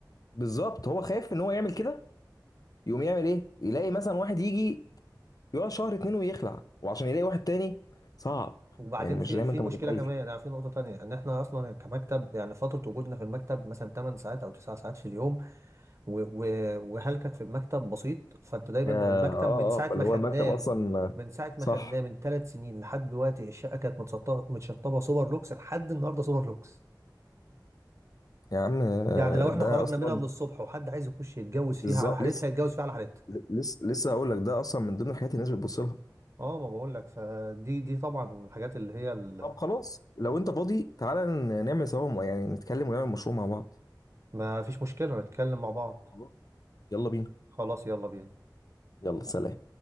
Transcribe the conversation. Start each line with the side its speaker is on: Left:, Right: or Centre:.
Left: بالظبط هو خايف ان هو يعمل كده يقوم يعمل ايه يلاقي مثلا واحد يجي يقعد شهر اتنين ويخلع وعشان يلاقي واحد تاني صعب
Right: وبعدين
Left: يعني مش
Right: في
Left: زي
Right: في
Left: ما انت
Right: مشكلة
Left: متخيل
Right: كمان يعني في نقطة تانية إن إحنا أصلا كمكتب يعني فترة وجودنا في المكتب مثلا 8 ساعات أو 9 ساعات في اليوم و- و- وهلكك في المكتب بسيط فانت دايما
Left: يا-
Right: هو المكتب
Left: اه
Right: من ساعه
Left: اه فاللي
Right: ما خدناه
Left: هو المكتب اصلا
Right: من ساعه ما
Left: صح
Right: خدناه من ثلاث سنين لحد دلوقتي الشقه كانت متسطبه متشطبه سوبر لوكس لحد النهارده سوبر لوكس
Left: يا عم آه،
Right: يعني لو
Left: ده
Right: احنا خرجنا
Left: اصلا
Right: منها من الصبح وحد عايز يخش يتجوز فيها
Left: بالظبط
Right: على حالتها
Left: لسه
Right: يتجوز فيها على حالتها
Left: لسه لسه هقول لك ده اصلا من ضمن الحاجات اللي الناس بتبص لها
Right: اه ما بقول لك فدي دي طبعا الحاجات اللي هي ال-
Left: طب خلاص لو انت فاضي تعالى ن- نعمل سوا م- يعني نتكلم ونعمل مشروع مع بعض
Right: ما فيش مشكله نتكلم مع بعض
Left: خلاص، يلا بينا
Right: خلاص يلا بينا
Left: يلا سلام